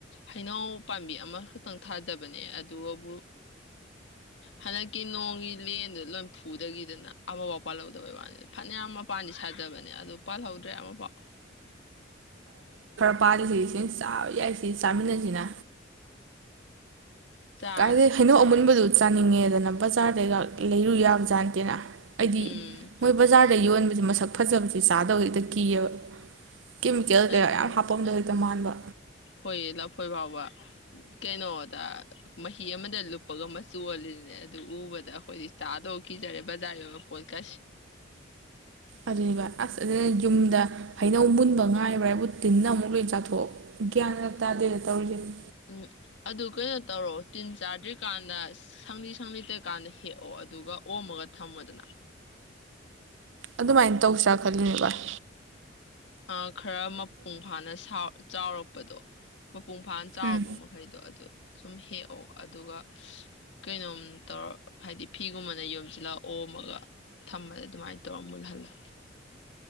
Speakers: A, on the left (about 70°); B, on the right (about 80°).
A: ꯍꯩꯅꯎ ꯄꯥꯝꯕꯤ ꯑꯃꯈꯛꯇꯪ ꯊꯥꯖꯕꯅꯦ ꯑꯗꯨꯕꯨ ꯍꯟꯗꯛꯀꯤ ꯅꯣꯡꯒꯤ ꯂꯦꯟꯗꯨ ꯂꯣꯏ ꯐꯨꯗꯈꯤꯗꯅ ꯑꯃꯐꯥꯎ ꯄꯥꯜ ꯍꯧꯗꯕꯩ ꯋꯥꯅꯤꯗ ꯐꯅꯌꯥꯝ ꯑꯃ ꯃꯄꯥꯟꯗꯤ ꯁꯥꯖꯕꯅꯦ ꯑꯗꯨ ꯄꯥꯜꯍꯧꯗ꯭ꯔꯦ ꯑꯃꯐꯥꯎ
B: ꯃꯄꯥꯔꯤꯁꯤ ꯏꯆꯁꯤꯡ ꯆꯥꯕ ꯌꯥꯏ ꯁꯤ ꯆꯥꯃꯤꯟꯅꯁꯤꯅ
A: ꯆꯥꯔꯁꯤ
B: ꯀꯥꯏꯗꯩ ꯍꯩꯅꯧ ꯑꯃꯨꯟꯕꯗꯨ ꯆꯥꯅꯤꯡꯉꯦꯗꯅ ꯕꯖꯥꯔꯗꯩꯒ ꯂꯩꯔꯨ ꯌꯥꯕ ꯖꯥꯠꯅꯠꯇꯦꯅ ꯍꯥꯏꯗꯤ
A: ꯎꯝ
B: ꯃꯣꯏ ꯕꯖꯥꯔꯗ ꯌꯣꯟꯕꯁꯦ ꯁꯛ ꯐꯖꯕꯁꯤ ꯆꯥꯗꯕ ꯍꯦꯛꯇ ꯀꯤꯑꯕ ꯀꯦꯃꯤꯀꯦꯜ
A: ꯑꯗꯨꯅꯤ
B: ꯀꯌꯥ ꯌꯥꯝ ꯍꯥꯞꯄꯝꯗꯣꯏꯅꯣ ꯇ ꯃꯥꯟꯕ
A: ꯍꯣꯏꯌꯦ ꯂꯐꯣꯏ ꯐꯥꯎꯕ ꯀꯩꯅꯣꯗ ꯐꯤ ꯑꯃꯗ ꯂꯨꯞꯄꯒ ꯃꯆꯨꯜꯂꯤꯅꯦ ꯑꯗꯨ ꯎꯕꯗ ꯑꯩꯈꯣꯏꯗꯤ ꯆꯥꯗꯧ ꯀꯤꯖꯔꯦ ꯕꯖꯥꯔꯒꯤ ꯑꯣꯏꯕ ꯄꯣꯠꯀꯁꯤ
B: ꯑꯗꯨꯅꯦꯕ ꯑꯁ ꯑꯗꯨꯅ ꯌꯨꯝꯗ ꯍꯩꯅꯧ ꯃꯨꯟꯕ ꯉꯥꯏꯕ꯭ꯔ ꯍꯥꯏꯕꯨ ꯇꯤꯟꯅ ꯑꯃꯨꯛ ꯂꯣꯏꯅ ꯆꯥꯊꯣꯛ ꯒ꯭ꯌꯥꯟ ꯉꯛ ꯇꯥꯗꯦꯗ ꯇꯧꯔꯤꯁꯦ
A: ꯎꯝ ꯑꯗꯨ ꯀꯩꯅꯣ ꯇꯧꯔꯣ ꯇꯤꯟ ꯆꯥꯗ꯭ꯔꯤꯀꯥꯟꯗ ꯁꯪꯂꯤ ꯁꯪꯂꯤꯗ꯭ꯔꯤꯀꯥꯟꯗ ꯍꯦꯛ ꯑꯣ ꯑꯗꯨꯒ ꯑꯣꯝꯃꯒ ꯊꯝꯃꯗꯅ
B: ꯑꯗꯨꯃꯥꯏꯅ ꯇꯧꯁꯤ꯭ꯔꯥ ꯈꯜꯂꯤꯅꯦ ꯕꯚ
A: ꯑ ꯈꯔ ꯃꯄꯨꯡ ꯐꯥꯅ ꯆꯥꯎꯔꯛꯄꯗꯣ ꯃꯄꯨꯡ ꯐꯥꯅ ꯆꯥꯎꯔꯕ
B: ꯎꯝ
A: ꯃꯈꯩꯗꯣ ꯑꯗꯨ ꯁꯨꯝ ꯍꯦꯛꯑꯣ ꯑꯗꯨꯒ ꯀꯩꯅꯣꯝ ꯇꯧꯔ ꯍꯥꯏꯗꯤ ꯐꯤꯒꯨꯝꯕꯅ ꯌꯣꯝꯁꯤꯜꯂꯛ ꯑꯣꯝꯃꯒ ꯊꯝꯕꯗ ꯑꯗꯨꯃꯥꯏꯅ ꯇꯧꯔꯒ ꯃꯨꯜꯍꯜꯂ